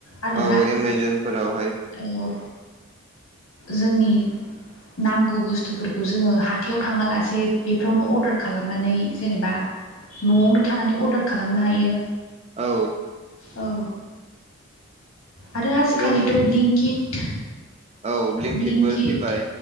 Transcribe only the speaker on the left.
आरोना
औ जोंनि। नांगौ बुस्थुफोरखौ जोङो हाथायाव थाङा लासे बेफ्रावनो अर्डार खालामनानै जेनेबा। न'आवनो थानानै अर्डार खालामनो हायो।
औ आरो आजिखालि।
खिट
ब्लिंकिट